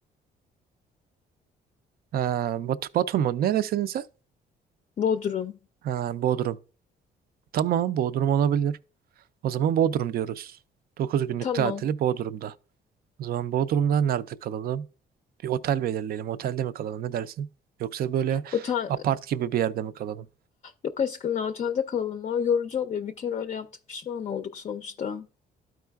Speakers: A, on the right (about 60°); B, on the left (about 40°).
A: Ee, Batu, Batu mu? Neresin sen?
B: Bodrum.
A: Ha, Bodrum. Tamam, Bodrum olabilir. O zaman Bodrum diyoruz. Dokuz günlük
B: Tamam.
A: tatili Bodrum'da. O zaman Bodrum'da nerede kalalım? Bir otel belirleyelim. Otelde mi kalalım? Ne dersin? Yoksa böyle
B: Otel...
A: apart gibi bir yerde mi kalalım?
B: Yok aşkım ya otelde kalalım. O yorucu oluyor. Bir kere öyle yaptık pişman olduk sonuçta.